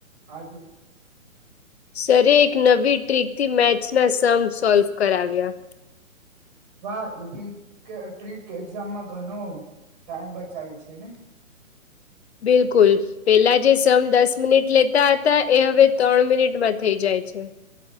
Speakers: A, on the right; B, on the left.
A: આજે?
B: સરે ઈ એક નવી ટ્રીક થી મેચના સમ સોલ્વ કરાવ્યા.
A: વાહ! એવી ક ટ્રીક એક્ઝામમાં ઘણો ટાઈમ બચાવે છે ને?
B: બિલકુલ. પહેલા જે સમ દસ મિનિટ લેતા હતા, એ હવે તણ મિનિટમાં થઈ જાય છે.